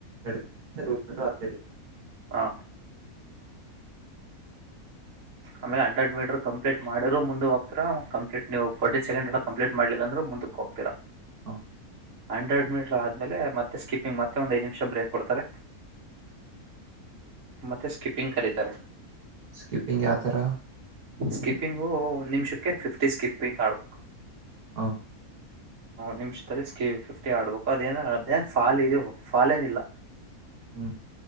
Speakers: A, on the right; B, on the right.
A: ಎರಡು <inaudible>
B: ಹಾ.
A: <inaudible>
B: ಆಮೇಲೆ ಹಂಡ್ರೆಡ್ ಮೀಟರ್ ಕಂಪ್ಲೀಟ್ ಮಾಡಿದ್ರು ಮುಂದೆ ಹೋಗ್ತರ ಕಂಪ್ಲೀಟ್ ಫೋರ್ಟಿ ಸೆಕೆಂಡ್ ಕಂಪ್ಲೀಟ್ ಮಾಡಲಿಲ್ಲ ಅಂದ್ರೆ. ಹೋಗ್ತೇರ.
A: ಹಾ
B: ಹಂಡ್ರೆಡ್ ಮೀಟರ್ ಆದ್ಮೇಲೆ ಮತ್ತೆ ಸ್ಕಿಪಿಂಗ್ ಮತ್ತೆ ಒಂದ್ ಐದ್ ನಿಮಿಷ ಬ್ರೇಕ್ ಕೊಡ್ತಾರೆ. ಮತ್ತೆ ಸ್ಕಿಪ್ಪಿಂಗ್ ಕರೀತಾರೆ.
A: ಸ್ಕಿಪಿಂಗ್ ಯತಾರ.
B: ಸ್ಕಿಪಿಂಗು ವನ್ ನಿ‍ಮಿಷಕ್ಕೆ ಫಿಫ್ಟಿ ಸ್ಕಿಪಿಂಗ್ ಆಡ್ಬೇಕು.
A: ಹಾ
B: ನಿಮಿಷದಲ್ಲಿ ಫಿಫ್ಟಿ ಆಡ್ಬೇಕು ಅದೇನ್ ಏನ್ ಫಾಲ್ ಇ ಫಾಲಏನ ಇಲ್ಲ.
A: ಹ್ಮ